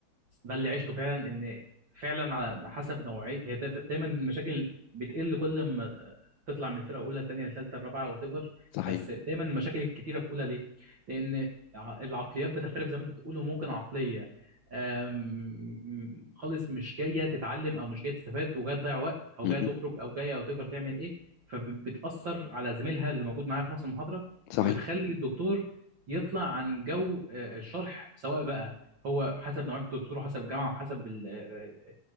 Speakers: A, on the right (about 70°); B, on the left (about 85°).
A: ده اللي عشته فعلا ان فعلا على حسب نوعيه هي تف- دايما المشاكل بتقل كل ما تطلع من فرقه اولى ثانيه لثالثه الرابعه وات ايفر
B: صحيح
A: بس دايما المشاكل الكتيره في اولى ليه؟ لان ع- العقليات بتختلف زي ما انت بتقول وممكن عقليه آم، م- خالص مش جايه تتعلم او مش جايه تستفاد وجايه تضيع وقت او
B: م-
A: جايه تخرج
B: م.
A: او جايه وات ايفر تعمل ايه فبتاثر على زميلها اللي موجود معاها في نفس المحاضره
B: صحيح
A: وبتخلي الدكتور يطلع عن جو آه، الشرح سواء بقى هو حسب نوعية الدكتور وحسب الجامعة وحسب ال- آه،